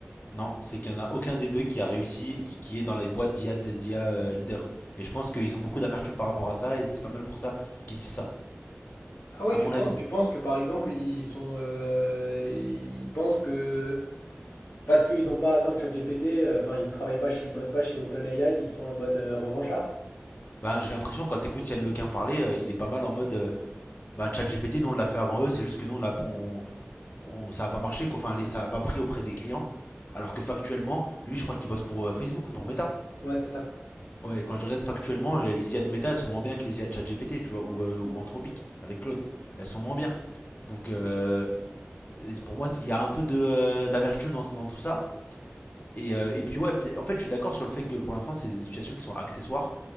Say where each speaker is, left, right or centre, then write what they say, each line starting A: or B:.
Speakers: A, on the left (about 45°); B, on the left (about 80°).
A: Non, c'est qu'il n'y en a aucun des deux qui a réussi, qui, qui est dans les boîtes d'IA de- d'IA euh, leader. Et je pense qu'ils ont beaucoup d'amertume par rapport à ça, et c'est pas mal pour ça qu'ils disent ça,
B: Ah ouais,
A: à
B: tu
A: mon
B: penses,
A: avis.
B: tu penses que par exemple ils sont, euh, ils pensent que parce qu'ils n'ont pas atteint ChatGPT, euh, enfin ils travaillent pas chez, ils bossent pas chez OpenAI, ils sont en mode euh, revanchard.
A: Ben, j'ai l'impression, quand t'écoutes Yann Lequin parler, euh, il est pas mal en mode euh, ben, ChatGPT, nous on l'a fait avant eux, c'est juste que nous on l'a, on, on- ça a pas marché, quoi. Enfin, les- ça a pas pris auprès des clients. Alors que factuellement, lui, je crois qu'il bosse pour euh, Facebook, pour Meta.
B: Ouais, c'est ça.
A: Ouais, quand je regarde factuellement, les les IA de méta, elles sont moins bien que les IA de ChatGPT, tu vois, ou, euh, ou Anthropique, avec Claude. Elles sont moins bien. Donc, euh, pour moi, il y a un peu de, euh, d'amertume dans, dans tout ça. Et, euh, et puis, ouais, puis, en fait, je suis d'accord sur le fait que pour l'instant, c'est des situations qui sont accessoires.